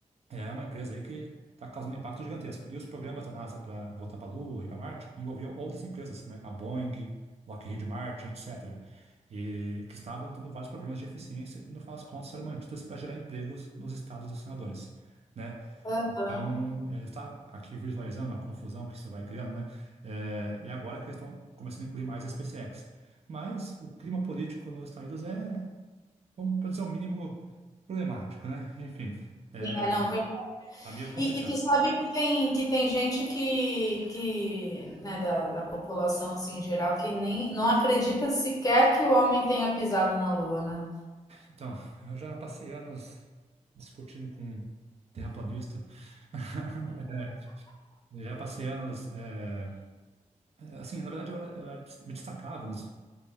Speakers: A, on the right (about 55°); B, on the left (about 25°).
A: é uma empresa aí que está causando um impacto gigantesco. E os programas da NASA para voltar para a Lua e para Marte envolviam outras empresas, né? A Boeing, Lockheed Martin, etc. E que estavam tendo vários problemas de eficiência e, no final das contas, foram mantidas para gerar empregos nos estados dos senadores. Né?
B: Uhum.
A: Então, é, está aqui visualizando a confusão que isso vai criando, né? É, e agora que eles estão começando a incluir mais a SpaceX. Mas o clima político nos Estados Unidos é, vamos para dizer o mínimo, problemático, né? Enfim, é,
B: É, não, verdade.
A: tá meio complicado.
B: E, e, tu sabe que tem, que tem gente que, que né, da, da população assim, em geral que nem não acredita sequer que o homem tenha pisado na lua, né?
A: Então, <laughs> eu já passei anos discutindo com terraplanista. <laughs> Eu Já passei anos, é, assim, na verdade eu, era- eu era- me destacava nos